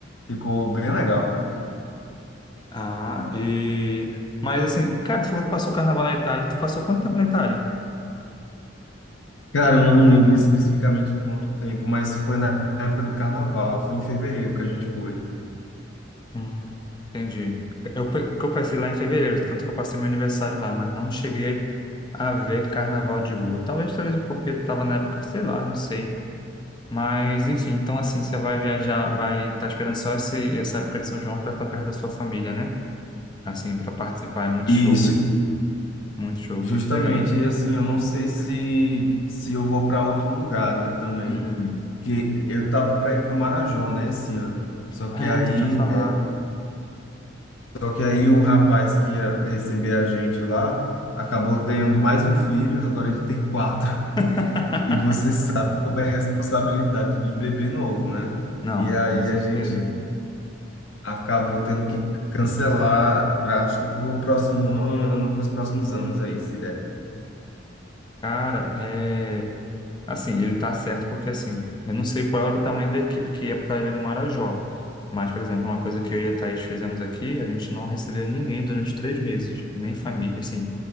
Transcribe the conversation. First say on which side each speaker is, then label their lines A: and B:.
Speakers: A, on the left (about 75°); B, on the left (about 25°).
A: Ficou bem legal.
B: Ah, e... Mas assim, cara, tu falou que passou o carnaval na Itália. Tu passou quanto tempo na Itália?
A: Cara, eu não lembro especificamente quanto tempo, mas foi na época do carnaval, foi em fevereiro que a gente foi.
B: Hum, entendi. Eu, pe- porque eu passei lá em fevereiro, tanto que eu passei meu aniversário lá, mas não cheguei a ver carnaval de rua. Talvez, talvez porque estava na época, sei lá, não sei. Mas, enfim, então assim, você vai viajar, vai estar esperando só esse, essa época de São João para estar perto da sua família, né? Assim, para participar. É muito
A: Isso.
B: show, muito show,
A: Justamente,
B: muito legal.
A: e assim, eu não sei se se eu vou para outro lugar, né, também.
B: Uhum.
A: Que eu tava para ir para o Marajó, né, esse ano. Só que
B: Ah,
A: aí
B: é, tu tinha falado.
A: Só que aí o rapaz que ia receber a gente lá acabou ganhando mais um filho, agora ele tem quatro.
B: <laughs>
A: E você sabe como é a responsabilidade de bebê novo, né?
B: Não,
A: E aí
B: com certeza.
A: a gente acabou tendo que cancelar, pra, acho que para o próximo ano, para os próximos anos aí, se der.
B: Cara, é, Assim, ele tá certo porque, assim, eu não sei qual era o tamanho da equipe que ia para a Ilha do Marajó. Mas, por exemplo, uma coisa que eu e a Thaís fizemos aqui, a gente não recebeu ninguém durante três meses, nem família, assim,